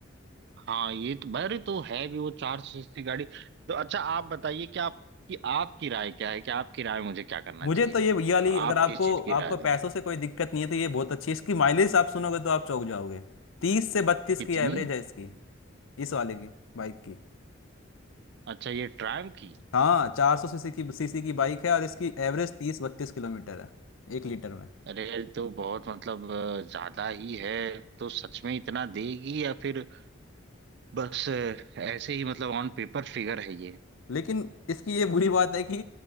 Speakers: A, on the right; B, on the left.
A: हाँ ये तो भाई तो है भी वो चार सौ सीसी गाड़ी तो अच्छा आप बताइए कि आपकी आपकी राय क्या है कि आपकी राय मुझे क्या करना
B: मुझे
A: चाहिए
B: तो ये ये वाली
A: और आप
B: अगर आपको
A: किस चीज की राय
B: आपको पैसों
A: देंगे
B: से कोई दिक्कत नहीं है तो ये बहुत अच्छी है इसकी माइलेज आप सुनोगे तो आप चौंक जाओगे तीस से बत्तीस
A: कितनी
B: की एवरेज है इसकी इस वाले की बाइक की
A: अच्छा ये ट्रायम्फ की
B: हाँ चार सौ सीसी की सीसी की बाइक है और इसकी एवरेज तीस बत्तीस किलोमीटर है एक लीटर में
A: अरे ये तो बहुत मतलब अ, ज्यादा ही है तो सच में इतना देगी या फिर बस अ, ऐसे ही मतलब ऑन पेपर फिगर है ये
B: लेकिन इसकी ये बुरी बात है कि